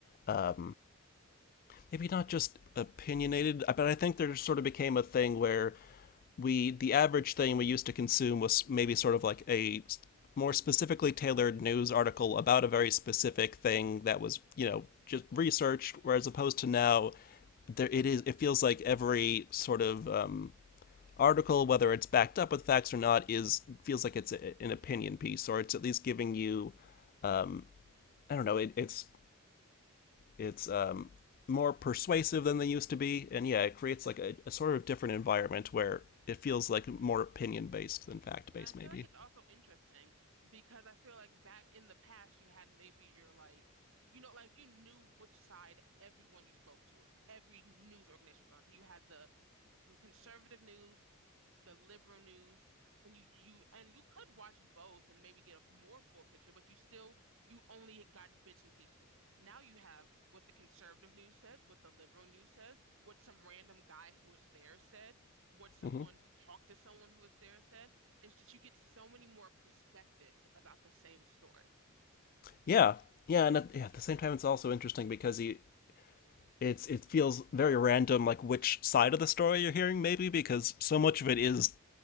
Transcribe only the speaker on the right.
Yeah.
And I feel
and I feel
like it's also interesting because I feel like back in the past you had maybe your like you know like you knew which side everyone you spoke to, every news organization was on. So you had the conservative news, the liberal news, and you you and you could watch both and maybe get a more full picture, but you still you only got bits and pieces. Now you have what the conservative news says, what the liberal news says, what some random guy who was there said, what someone
who talked to someone who was there said. It's just you get so many more perspectives about the same story.